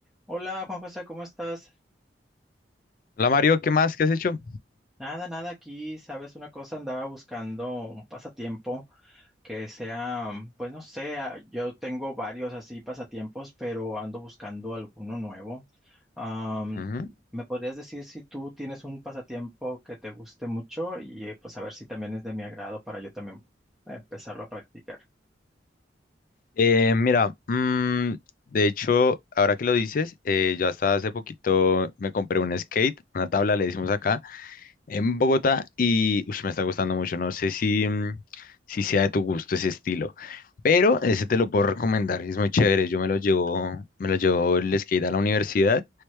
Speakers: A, in the centre; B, on the left.
A: Hola Juan José, ¿cómo estás?
B: la Mario, ¿qué más? ¿Qué has hecho?
A: Nada, nada aquí, sabes una cosa, andaba buscando un pasatiempo, que sea, pues no sé, ah, yo tengo varios así pasatiempos, pero ando buscando alguno nuevo. Am,
B: Ujú.
A: ¿me podrías decir si tú tienes un pasatiempo que te guste mucho y eh, pues a ver si también es de mi agrado para yo también empezarlo a practicar?
B: Eh, mira, mm, de hecho, ahora que lo dices, eh, yo hasta hace poquito me compré un skate, una tabla, le decimos acá, en Bogotá y ush, me está gustando mucho. No sé si, mm, si sea de tu gusto ese estilo, pero ese te lo puedo recomendar. Es muy chévere. Yo me lo llevo, me lo llevo el skate a la universidad